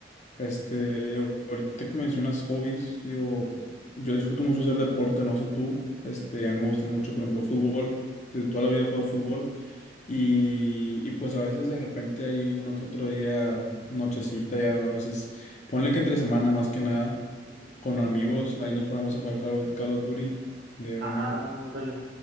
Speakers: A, on the left (about 40°); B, on the right (about 60°).
A: este, yo- ahorita que mencionas hobbies, digo, yo disfruto mucho hacer deporte, no sé tú, este, a mí me gusta mucho, por ejemplo, fútbol, de toda la vida he jugado fútbol y, y pues a veces de repente hay uno que otro día, nochecita, ya a veces, ponle que entre semana más que nada,
B: Ujú.
A: con amigos, ahí nos ponemos a jugar Call of, Call of Duty de una,
B: Ah, ah, órale.